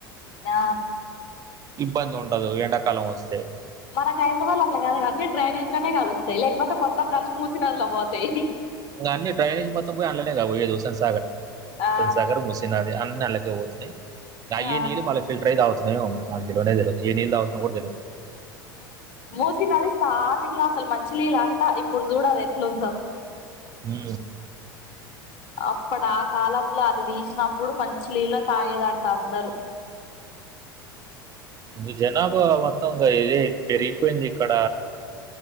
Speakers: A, on the left; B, on the right.
A: ఆ
B: ఇబ్బంది ఉండదు ఎండాకాలం వస్తే
A: మనకి హైదరాబాద్ అట్ల కాదు కానీ డ్రైనేజ్ లోనే కలుస్తాయి లేకపోతే మొత్తం కలిసి మూసీ నదిలో పోతాయి
B: ఇంగ అన్నీ డైనేజ్ మొత్తం పోయే ఆన్లనే గా పొయ్యేది హుస్సేన్
A: ఆ
B: సాగర్ ముస్ తి నది అన్నీ అళ్లకే పోతున్నాయి గ అయ్యే
A: ఆ
B: నీళ్ళు మళ్ళ ఫిల్టర్ అయి తాగుతున్నామేమో మరి నాకు తెల్వనే తెల్వదు ఏ నీళ్ళు తవుతున్నాం కూడా తెల్వదు
A: మూసీ నది స్టార్టింగ్ లో అసలు మంచి నీళ్ళు అంట ఇప్పుడు చూడ అది ఎట్లుందో
B: ఊ
A: అప్పుడు ఆ కాలంలో అది తీసినప్పుడు మంచి నీళ్ళు తాగేదంట అందరూ
B: ఊ జనాభా మొత్తం గా ఇదే పెరిగిపోయింది ఇక్కడ